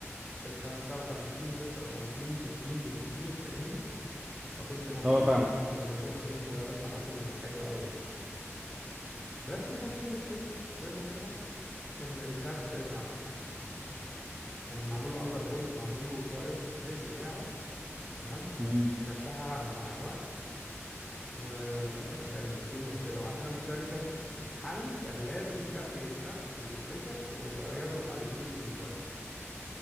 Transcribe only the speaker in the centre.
في ال 55 56 60 بالكتير فاهمني فكنت مبسوط
انا من النقطة دي ان درجات حرارته حلوة قوي يعني بس كان في مشكلة زي ما قلت لك ان الكارت ما ما ما كان معمول له اندر فولت ومعمول له بايوس مش بتاعه تمام
شفتها مع الوقت وللأسف كان في مشكلة وعشان المشكلة دي كانت تت- تتحل كان لازم كارت يتفك ويتفتح ويتغير له اي سي البايوس